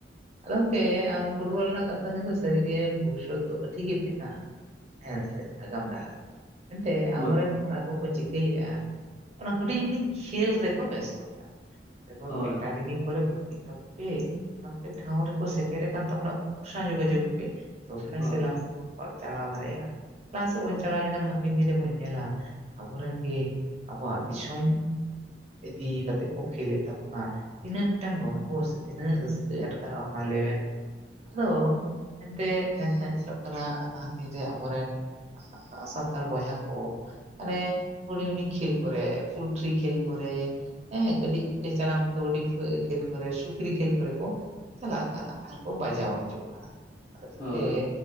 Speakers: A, on the right; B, on the left.
A: ᱟᱫᱚ ᱜᱚᱢᱠᱮ ᱟᱢ ᱯᱷᱩᱴᱵᱚᱞ ᱨᱮᱱᱟᱜ ᱠᱟᱛᱷᱟ ᱠᱤᱱᱛᱩ ᱥᱟᱹᱨᱤᱜᱮ ᱵᱷᱩᱵᱤᱥᱚᱛ ᱫᱚ ᱟᱹᱰᱤ ᱜᱮ ᱢᱮᱱᱟᱜᱼᱟ᱾ ᱦᱮᱸ ᱥᱮ ᱟᱜᱟᱢ ᱰᱟᱦᱟᱨ ᱮᱱᱛᱮᱜ ᱟᱹᱵᱩ
B: ᱦᱳᱭ
A: ᱨᱮᱱ ᱠᱚᱲᱟ ᱠᱚᱠᱚ ᱪᱤᱠᱟᱹᱭᱮᱜᱼᱟ ᱚᱱᱟ ᱦᱩᱰᱤᱧ ᱦᱩᱰᱤᱧ ᱠᱷᱮᱞ ᱨᱮᱠᱚ ᱵᱮᱥᱛᱚᱜ ᱠᱟᱱᱟ ᱮᱵᱚᱝ
B: ᱦᱳᱭ
A: ᱮᱠᱟᱰᱮᱢᱤ ᱠᱚᱨᱮ ᱵᱷᱩᱨᱛᱤᱜ ᱛᱟᱵᱩ ᱯᱮ ᱚᱱᱟ ᱴᱷᱟᱶ ᱨᱮᱠᱚ ᱥᱮᱴᱮᱨᱟᱠᱟᱱ ᱛᱟᱵᱚᱱᱟ ᱩᱱᱠᱩ ᱥᱟᱶ ᱡᱚᱜᱟᱡᱳᱜᱽ ᱯᱮ ᱛᱚᱵᱮ ᱱᱟᱝ
B: ᱦᱳᱭ
A: ᱥᱮ ᱞᱟᱦᱟᱥᱮᱫ ᱵᱚᱱ ᱪᱟᱞᱟᱣ ᱫᱟᱲᱮᱭᱟᱜᱼᱟ ᱞᱟᱦᱟ ᱥᱮᱫ ᱵᱩᱱ ᱪᱟᱞᱟᱣ ᱞᱮᱠᱷᱟᱱ ᱦᱟᱯᱮᱱ ᱫᱤᱱ ᱨᱮᱵᱚᱱ ᱧᱮᱞᱟ ᱟᱹᱵᱩ ᱨᱮᱱ ᱜᱮ ᱟᱹᱵᱩᱣᱟᱜ ᱫᱤᱥᱚᱢ ᱤᱫᱤ ᱠᱟᱛᱮᱫ ᱠᱚ ᱠᱷᱮᱞᱮᱫ ᱛᱟᱵᱚᱱᱟ ᱛᱤᱱᱟᱹᱜ ᱢᱤᱫᱴᱟᱝ ᱜᱚᱨᱵᱚ ᱥᱮ ᱛᱤᱱᱟᱹᱜ ᱨᱟᱹᱥᱠᱟᱹ <unintelligible> ᱟᱴᱠᱟᱨᱚᱜ - ᱟ ᱢᱟ ᱞᱟᱹᱭᱵᱮᱱ ᱟᱫᱚ ᱮᱱᱛᱮᱜ ᱧᱮᱞᱚᱜ ᱠᱟᱱᱟ ᱞᱟᱦᱟ ᱫᱤᱱ ᱨᱮ ᱟᱵᱚᱨᱮᱱ ᱟᱜ-ᱟᱜ-ᱟᱜ ᱥᱟᱱᱛᱟᱲ ᱵᱚᱭᱦᱟ ᱠᱚ ᱢᱟᱱᱮ ᱦᱩᱰᱤᱧ ᱦᱩᱰᱤᱧ ᱠᱷᱮᱞ ᱠᱚᱨᱮ ᱯᱩᱞᱴᱨᱤ ᱠᱷᱮᱞ ᱠᱚᱨᱮ ᱦᱮᱸ ᱠᱟᱹᱴᱤᱡ ᱠᱮ ᱪᱟᱞᱟᱝ ᱠᱟᱹᱣᱰᱤ ᱠᱟᱹ ᱠᱷᱮᱞ ᱠᱚᱨᱮ ᱥᱩᱠᱨᱤ ᱠᱷᱮᱞ ᱠᱚᱨᱮ ᱠᱚ ᱪᱟᱞᱟᱜ ᱠᱟᱱᱟ ᱟᱨᱠᱚ ᱵᱟᱡᱟᱣ ᱦᱚᱪᱚᱜ ᱠᱟᱱᱟ ᱟᱫᱚ ᱮᱱᱛᱮ
B: ᱦᱳᱭ